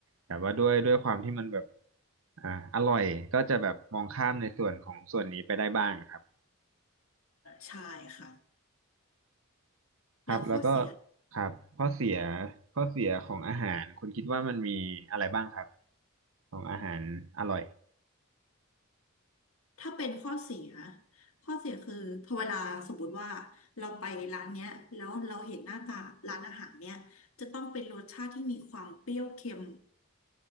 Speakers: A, on the right; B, on the left.
A: แต่ว่าด้วยด้วยความที่มันแบบอ่าอร่อยก็จะแบบมองข้ามในส่วนของส่วนนี้ไปได้บ้างครับ
B: ใช่ค่ะ
A: ครับแล้วก็
B: แล้วข้อเสีย
A: ครับข้อเสียข้อเสียของอาหารคุณคิดว่ามันมีอะไรบ้างครับของอาหารอร่อย
B: ถ้าเป็นข้อเสีย ข้อเสียคือพอเวลาสมมติว่าเราไปร้านเนี้ยแล้วเราเห็นหน้าตาร้านอาหารเนี้ยจะต้องเป็นรสชาติที่มีความเปรี้ยวเค็ม